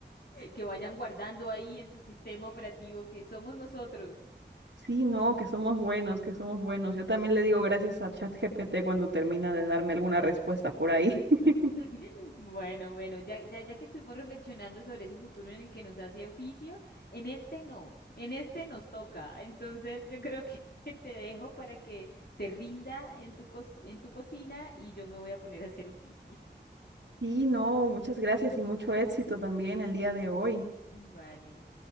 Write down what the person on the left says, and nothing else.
Que vayan guardando ahí en su sistema operativo que somos nosotros.
<laughs> Bueno, bueno, ya, ya, ya que estuvimos reflexionando sobre ese futuro en el que nos hace oficio, en este no, en este nos toca. Entonces yo creo que <laughs> te dejo para que te rinda en tu, co- en tu cocina y yo me voy a poner a hacer oficio.
<laughs> Vale.